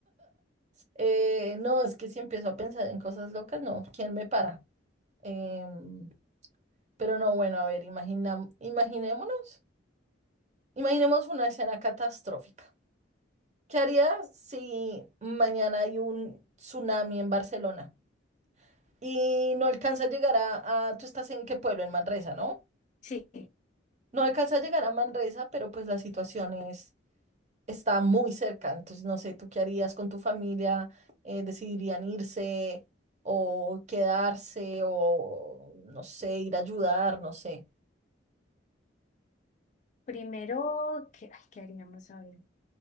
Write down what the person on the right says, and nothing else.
Eh, no, es que si empiezo a pensar en cosas locas, no, ¿quién me para? Em, pero no, bueno, a ver, imagina, imaginémonos, imaginemos una escena catastrófica. ¿Qué harías si mañana hay un tsunami en Barcelona y no alcanza a llegar a, a- tú estás en qué pueblo, en Manresa, ¿no?
No alcanza a llegar a Manresa, pero pues la situación es, está muy cerca. Entonces, no sé, ¿tú qué harías con tu familia? Eh, ¿decidirían irse o quedarse o, no sé, ir a ayudar? No sé.